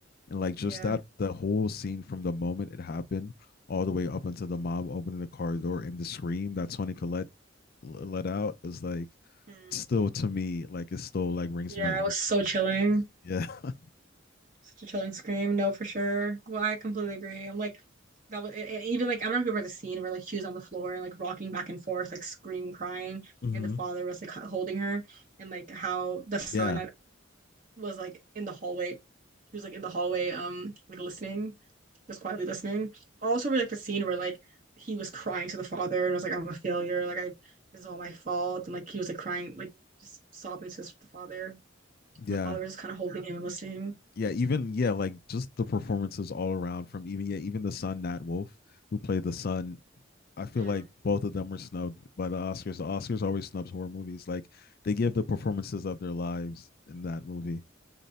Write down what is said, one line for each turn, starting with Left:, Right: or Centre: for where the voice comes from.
Left: and like just
Right: yeah.
Left: that the whole scene from the moment it happened all the way up until the mom opening the car door and the scream that Tony Collette l- let out is like
Right: Mm.
Left: still to me like it still like rings
Right: Yeah,
Left: in my ears.
Right: it was so chilling.
Left: Yeah, <laughs>
Right: Such a chilling scream. No, for sure. Well, I completely agree. I'm like. that was and even like I don't know if you remember the scene where like she was on the floor and like rocking back and forth, like screaming, crying,
Left: Mm-hmm.
Right: and the father was like holding her, and like how the son
Left: yeah,
Right: uh, was like in the hallway, he was like in the hallway, um, like listening, just quietly listening. Also, we like the scene where like he was crying to the father and was like, "I'm a failure, like I this is all my fault," and like he was like crying, like just sobbing to his, the father,
Left: yeah,
Right: and the father was just kind of holding him and listening.
Left: yeah. Even yeah, like just the performances all around from even yeah even the son Nat Wolff who played the son. I feel
Right: Mm.
Left: like both of them were snubbed by the Oscars. The Oscars always snubs horror movies. Like they give the performances of their lives in that movie.